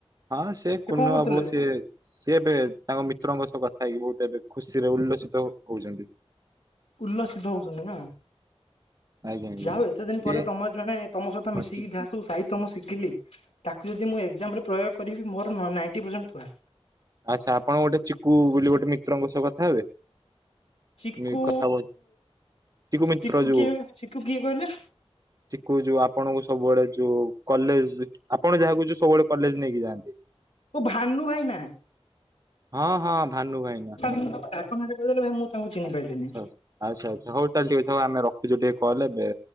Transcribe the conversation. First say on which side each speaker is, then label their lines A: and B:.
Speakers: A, on the right (about 35°); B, on the left (about 85°).
A: ହଁ ସେ କୁନ
B: କଣ କରୁଥିଲେ?
A: ବାବୁ ସେ ସିଏ ଏବେ ତାଙ୍କ ମିତ୍ରଙ୍କ ସହ କଥା ହେଇକି ବହୁତ ଏବେ ଖୁସିରେ ଉଲ୍ଲସିତ ହଉଛନ୍ତି।
B: ଉଲ୍ଲସିତ ହଉଛନ୍ତି ନା।
A: ଆଜ୍ଞା ଆଜ୍ଞା
B: ଯାହା ହଉ ଏତେ ଦିନ
A: ସିଏ
B: ପରେ ତମର ଜଣେ ତମ ସହିତ ମିଶିକି
A: ଓ ଚି-
B: ଯାହା ସବୁ ସାହିତ୍ୟ ମୁଁ ଶିି ଖିଲି ତାକୁ ଯଦି ମୁଁ ଏକ୍ଜାମ୍ ରେ ପ୍ରୟୋଗ କରିବି ମୋର ନାଇଣ୍ଟି ପରସେଣ୍ଟ ଥୁଆ।
A: ଆଚ୍ଛା, ଆପଣ ଗୋଟେ ଚିକୁୁ ବୋଲି ଗୋଟେ ମିତ୍ରଙ୍କ ସହ କଥା ହେବେ?
B: ଚିକୁ
A: ମି- କଥା ହବ ମିତ୍ର
B: ଚିକୁ
A: ଯୋଉ
B: କିଏ ଚିକୁ କିଏ କହିଲେ?
A: ଚିକୁ ଯୋଉ ଆପଣଙ୍କୁ ସବୁଆଡେ ଯୋଉ କଲେଜ୍ ଆପଣ ଯାହାକୁୁ ଯୋଉ ସବୁବେଳେ କଲେଜ୍ ନେଇକି ଯାଆନ୍ତି।
B: ଓ ଭାନୁ ଭାଇନା।
A: ହଁ ହଁ ଭାନୁ ଭାଇନା।
B: କିନା ତାଙ୍କ ଡାକ ନାଁଟା କହିଦେଲେ ଭାଇ ମୁଁ ତାଙ୍କୁ ଚିହ୍ନି
A: ଆଚ୍ଛା
B: ପାଇଲିନି।
A: ଆଚ୍ଛା ହଉ ତାହେଲେ ଠିକ୍ ଅଛି। ଆମେ ରଖୁଚୁ ଟିକେ କଲ୍ ଏବେ